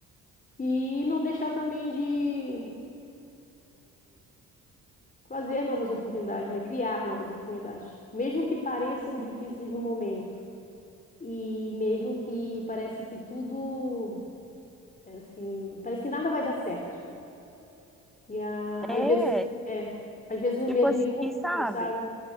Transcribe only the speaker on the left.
E não deixar também de fazer novas oportunidades, né? Criar novas oportunidades, mesmo que pareçam difíceis no momento. E mesmo que parece que tudo é assim, parece que nada vai dar certo. E a,
às vezes, é, às vezes o
medo
me consome,
sabe?